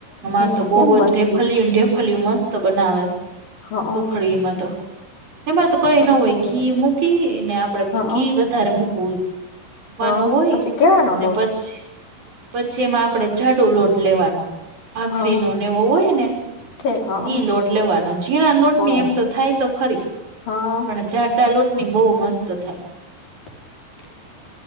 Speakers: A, on the right; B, on the left.
A: અમાર
B: હું
A: તો
B: કવ
A: બહવ
B: કેમ બનતી
A: જ રેફલય ને રેફલિયું મસ્ત બનાવે છે.
B: હ
A: સુખડીમાં તો એમાં તો કઈ ન
B: સારું
A: હોય
B: કેવાય
A: ઘી મૂકી ને આપડે
B: હા
A: ઘી ધર્મ પૂવાનું
B: હા
A: હોય,
B: પછી કેવાનો
A: ને
B: લોટ
A: પછી પછી એમાં આપડે જાડો, લોટ લેવાનો ભખરીનોને
B: હા
A: એવો હોય, ને
B: ઠેક હા
A: ઈ લોટ લેવાનો છે. ઝીણા લોટની
B: હા
A: એમ તો થાય તો ખરી
B: હા
A: પણ જાડા લોટની બહુ મસ્ત થાય.
B: <inaudible>